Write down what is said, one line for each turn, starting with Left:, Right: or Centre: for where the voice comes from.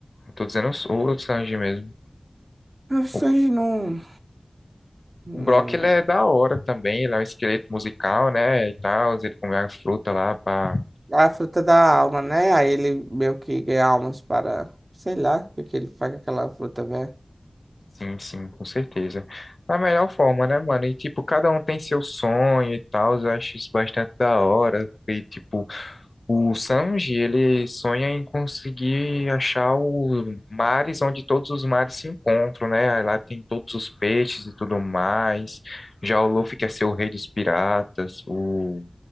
Left: Eu tô dizendo os- o Sanji mesmo.
Right: Vocês
Left: O
Right: não, não.
Left: o Brock, ele é da hora também, ele é um esqueleto musical, né, e tal, ele come a fruta lá pra...
Right: A fruta da alma, né? Aí ele meio que ganha almas para. Sei lá, porque ele faz aquela fruta, velho.
Left: Sim, sim, com certeza. Da melhor forma, né, mano? E, tipo, cada um tem seu sonho e tal, eu acho isso bastante da hora. E, tipo, O Sanji, ele sonha em conseguir achar os mares onde todos os mares se encontram, né? Aí Lá tem todos os peixes e tudo mais. Já o Luffy quer ser o rei dos piratas. O